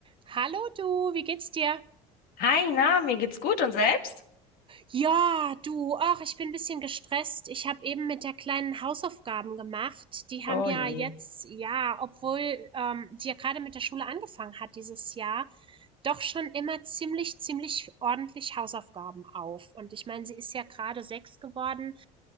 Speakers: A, on the right (about 30°); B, on the left (about 65°).
A: Hallo du, wie geht's dir?
B: Hi, na, mir geht's gut und selbst?
A: Ja, du, ach, ich bin ein bisschen gestresst. Ich habe eben mit der Kleinen Hausaufgaben gemacht. Die haben
B: Oh
A: ja
B: je.
A: jetzt, ja, obwohl ähm, die ja gerade mit der Schule angefangen hat dieses Jahr, doch schon immer ziemlich, ziemlich ordentlich Hausaufgaben auf. Und ich meine, sie ist ja gerade sechs geworden.